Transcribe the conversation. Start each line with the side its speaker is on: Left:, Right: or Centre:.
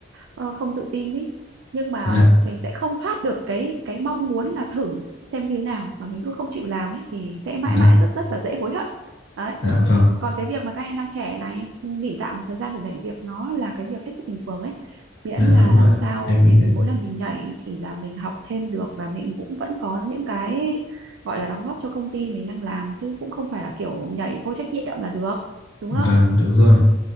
Right: ờ, không tự tin ý nhưng mà
Left: dạ
Right: mình sẽ không thoát được cái cái mong muốn là thử xem như thế nào mà mình cứ không chịu làm ấy thì sẽ mãi
Left: dạ
Right: mãi rất rất là dễ hối hận đấy
Left: dạ vâng
Right: còn cái việc mà các em đang trẻ này nghỉ tạm một thời gian rồi nhảy việc nó là cái việc hết sức bình thường ấy miễn
Left: dạ
Right: là
Left: đúng rồi
Right: làm sao
Left: em
Right: mình
Left: nghĩ thế
Right: mỗi lần mình nhảy thì là mình học thêm được và mình cũng vẫn có những cái gọi là đóng góp cho công ty mình đang làm chứ cũng không phải là kiểu nhảy vô trách nhiệm là được đúng
Left: vâng
Right: không
Left: đúng rồi